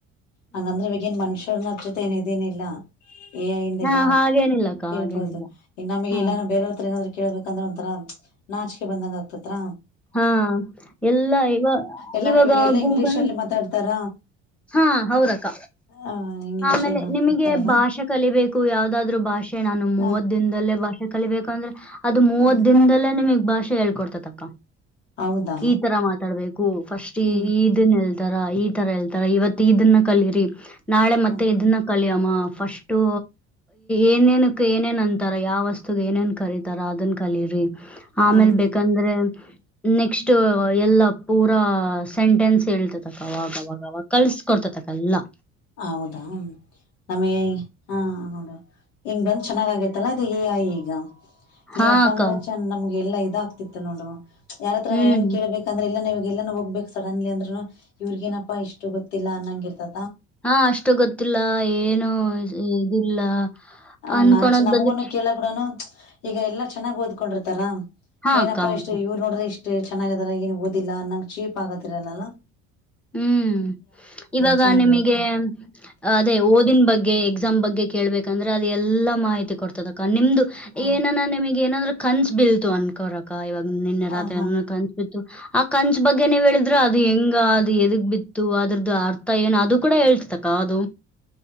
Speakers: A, on the left (about 75°); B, in the centre.
A: ಹಂಗಂದ್ರೆ ಇಗೇನ್ ಮನುಷ್ಯ ನ ಜೊತೆ ಏನ ಇದೇನಿಲ್ಲ ಏ ಹಿಂದೆಲ್ಲಾ
B: ಹಾ ಹಾಗೇನಿಲ್ಲಕ್ಕ
A: ಕೇಳ್ಬಹುದು
B: ಹಾಗೇನಿಲ್ಲ
A: ಈಗ ನಮಗೆ
B: ಹ
A: ಎಲ್ಲ ಬೇರವತ್ರ ಏನಾದ್ ಕೇಳ್ಬೇಕಂದ್ರೆ ಒಂಥರಾ ನಾಚಿಕೆ ಬಂದಂಗ ಆಗ್ತತ್ರ
B: ಹಾ ಎಲ್ಲ ಇವ
A: ಎಲ್ಲಾರು
B: ಇವಾಗ
A: ಎಲ್ಲಾ
B: ಗೂಗಲ್
A: ಇಂಗ್ಲಿೀಷ್ ಅಲ್ಲಿ ಮಾತಾಡ್ತಾರ
B: ಹಾ ಹೌದಕ್ಕ
A: ಆ ಇಂಗ್ಲಿೀಷ್
B: ಆಮೇಲೆ
A: ಅಲ್ಲಿ ಮಾತಾಡ್ತಾರಲ್ಲ
B: ನಿಮಗೆ ಭಾಷೆ ಕಲಿಬೇಕು ಯಾವ್ದಾದ್ರು ಭಾಷೆ ನಾನು ಮೂವತ್
A: ಹ
B: ದಿನದಲ್ಲೇ ಭಾಷೆ ಕಲಿಬೇಕು ಪಂದ್ರ ಅದು ಮೂವತ್
A: ಹ
B: ದಿನದಲ್ಲೇ ನಿಮಗ್, ಭಾಷೆ ಹೇಳ್ಕೊಡ್ತ ದಅಕ್ಕ.
A: ಹೌದಾ
B: ಈ ತರ ಮಾತಾಡ್ಬೇಕು. ಫಸ್ಟ್
A: ಹ್ಮ್
B: ಈ ಇದನ್ಲ್, ತರ ಈ ತರ ಎಳ್ತಾರ ಇವತ್ತು ಇದನ್ನ ಕಲರಿ. ನಾಳೆ ಮತ್ತೆ
A: ಹ
B: ಇದನ್ನ <unintelligible> -ಕಲಿಯಮ್ಮ ಫಸ್ಟು ಏನೇನಕ್ ಏನೇನ್ ಅಂತಾರ. ಯಾವ ವಸ್ತುಗೆ ಏನೇನ್ ಕರತಾರ ಅದನ್ ಕಲೀರಿ, ಆಮೇಲ್
A: ಹ
B: ಬೇಕಂದ್ರೆ, ನೆಕ್ಸ್ಟ್ ಎಲ್ಲ ಪೂರಾ ಸೆಂಟೆನ್ಸ್ ಹೇಳ್ತತಕವಾಗವಾಗಕಲ್ಸ್ಕೊಡ್ತತಕ್ಕಎಲ್ಲ.
A: ಹೌದಾ, ನಮಗೆ ಹಾ ನೋಡು <unintelligible> ಇಂಗ್ ಬಂದ್ ಚೆನ್ನಾಗ್ ಆಗೇತ್ತಲ್ಲ ಅದು ಎಏ ಈಗ.
B: ಹಾ
A: ಇಲ್ಲಪ್ಪ
B: ಅಕ್ಕ
A: ಅಂದ್ರ ಚಂದ ನಮ್ಗೆ <unintelligible> ಎಲ್ಲಾ ಇದಾಗ್ತಿತ್ತು ನೋಡು. ಯಾರತ್ರಾನನ್
B: ಹ್ಮ್
A: ಏನ್ ಕೇಳಬೇಕಂದ್ರೆ ಇಲ್ಲ ನೀವು <unintelligible> ಎಲ್ಲಾನ ಹೋಗ್ಬೇಕು ಸಡನ್ಲಿ ಅಂದ್ರೂನು ಇವ್ರಗ ಏನಪ್ಪಾ ಇಷ್ಟು ಗೊತ್ತಿಲ್ಲ ಅನ್ನಂಗಿಲಾ.
B: ಹಾ ಅಷ್ಟು ಗೊತ್ತಿಲ್ಲ ಏನು ಇದಿಲ್ಲ
A: ಆ
B: ಅನ್ಕಳೋದ್
A: ನಾಚಿ ನಮಗುನು
B: ಬಂದಕ್ಕೆ.,
A: ಕೇಳಕೂಡನು ಈಗ ಎಲ್ಲಾ ಚೆನ್ನಾಗ್ ಓದ್ಕೊಂಡಿರ್ತಾರಾ.,
B: ಹಾ
A: ನೇನಪ್ಪಾ
B: ಅಕ್ಕ ಹಾ
A: ಇಷ್ಟು
B: ಅಕ್ಕ
A: ಇವ್ರು ನೋಡ್ರೆ ಇಷ್ಟು <unintelligible> ಚೆನ್ನಾಗದಾರ ಏನಗ್ ಓದಿಲ್ಲ ಅನ್ನಂಗ ಚೀಪ್ ಆಗದಿರಲ್ಲಾ <unintelligible>
B: ಹ್ಮ್, ಇವಾಗ
A: ಚೆನ್ನಾಗಿರುತ್ತ
B: ನಿಮಗೆ. ಅದೇ ಓದ <unintelligible> -ಬಗ್ಗೆ ಎಕ್ಸಾಮ್ ಬಗ್ಗೆ ಕೇಳ್ಬೇಕಂದ್ರೆ ಅದು ಎಲ್ಲ ಮಾಹಿತಿ ಕೊಡ್ತದೆಅಕ್ಕ. ನಿಮ್ದು
A: ಹ
B: -ಏನಾನ ನಿಮಗೆ ಏನಾದ್ರ, ಕನ್ಸ್ ಬಿಲ್ತು ಅನ್ಕೋರಕ್ಕ ಇವಾಗ, ನಿನ್ನೆ
A: ಹ
B: ರಾತ್ರಿ ಅಲ್ಲ ಕನ್ಿಸ್ಬಿದ್ದು <unintelligible> ಆ ಕನ್ಸಬಗ್ಗೆ ನೀವ್ ಹೇಳಿದ್ರೆಅದು ಹೆಂಗ, ಅದು ಎದಕ್ ಬಿತ್ತು ಅದ್ರದ್ದ ಅರ್ಥ ಏನು ಅದು ಕೂಡ ಹೇಳ್ತಕ್ಕ ಅದು.